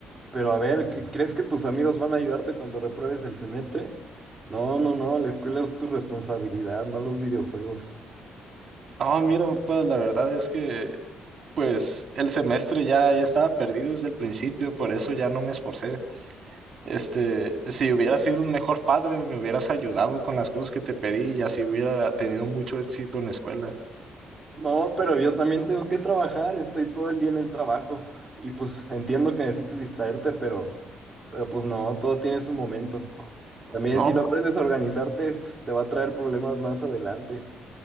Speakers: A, on the right; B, on the right.
A: Pero a ver, ¿qué- ¿crees que tus amigos van a ayudarte cuando repruebes el semestre? No, no, no, la escuela es tu responsabilidad, no los videojuegos.
B: No, mira, papá, la verdad es que, pues, el semestre ya, ya estaba perdido desde el principio, por eso ya no me esforcé. Este, si hubieras sido un mejor padre, me hubieras ayudado con las cosas que te pedí y así hubiera tenido mucho éxito en la escuela.
A: No, pero yo también tengo que trabajar, estoy todo el día en el trabajo. Y pues entiendo que necesites distraerte, pero, pero pues no, todo tiene su momento. También
B: No,
A: si no aprendes a organizarte, es- te va a traer problemas más adelante.